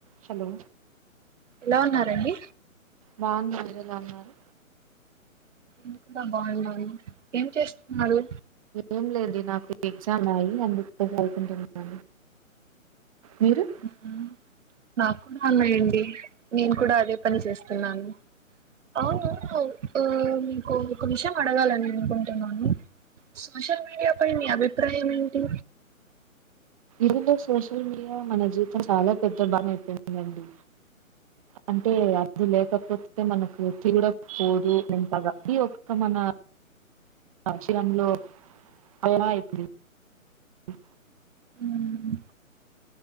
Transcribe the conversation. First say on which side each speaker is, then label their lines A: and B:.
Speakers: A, on the right; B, on the right.
A: Hello
B: ఎలా ఉన్నారండి
A: బాగున్నాను మీరు ఎలా ఉన్నారు
B: నేను కూడా బాగున్నా అండి ఏం చేస్తున్నారు
A: ఏం లేదు నాకు ఎగ్జామ్ ఉంది అందుకే చదువుకుంటున్నాను మీరు
B: ఉ నాకు కూడా ఉన్నాయండీ నేను కూడా అదే పని చేస్తున్నాను అవును ఉ కు ఒక విషయం అడగాలని అనుకుంటున్నాను సోషల్ మీడియా పై మీ అభిప్రాయం ఏంటి?
A: ఇల్లో సోషల్ మీడియా మన జీవితం చాలా పెద్ద భాగం అయిపోయిందండి. అంటే అది లేకపోతే మనకు <unintelligible> పోదు ఎంతగా ఈ ఒక్క మన ఆచిరంలో అయిన అయిపోయేది
B: మ్మ్,